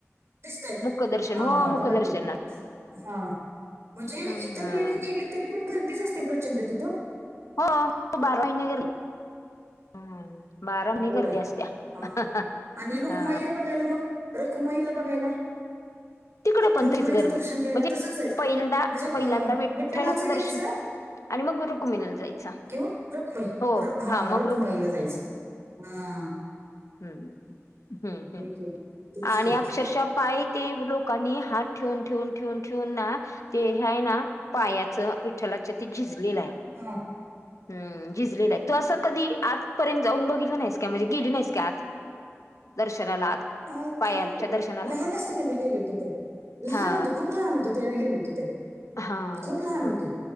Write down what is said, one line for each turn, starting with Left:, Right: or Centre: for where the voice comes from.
Right: दिसतंय
Left: मुखदर्शन
Right: हा
Left: हो मुखदर्शनाला
Right: बघा की. हा म्हणजे
Left: हम्म
Right: इतर वेळी गेले तरी पण गर्दीच असते प्रचंड तिथं,
Left: हो बारा महिने गर्दी ह्म बारा महिने
Right: अगो
Left: गर्दी
Right: बाई
Left: असतीया
Right: हा हा
Left: हा.
Right: आणि रुखुमाईला बघायला मग रखमाईला बघायला‍?
Left: तिकडे पण
Right: रूखमाईच
Left: तीच गर्दी
Right: दर्शन घ्यायला
Left: म्हणजे
Right: तसचं जायचं
Left: पहिल्यांदा
Right: म्हणजे
Left: पहिल्यांदा
Right: विठ्ठलाचं घ्यायचं.
Left: दर्शन आणि मग रुक्मिणीला जायचं
Right: घेवुन रखुमाई
Left: हो
Right: हा
Left: मग
Right: रखुमाईला जायचं. हां.
Left: ह् हम् हम्
Right: की हो. तेच
Left: आणि
Right: की
Left: अक्षर शा पाय ते लोकांनी हात ठेवून ठेवून ठेवून ठेवून ना ते हे आहे ना पायाच विठ्ठलाच्या ते झिजलेल हाय.
Right: हां.
Left: हम् झिजलेला हाय, तू असं कधी आतपर्यंत जाऊन बघितलं नाहीस काय म्हणजे गेली नाहीस काय आत? दर्शनाला आत?
Right: आत
Left: पायाच्या दर्शनाला
Right: लहान असताना मी केले होते ताई, लहान
Left: हा
Right: होते खूप लहान होते त्या वेळी गेली होते ताई.
Left: हा
Right: खूप लहान
Left: हा
Right: होते,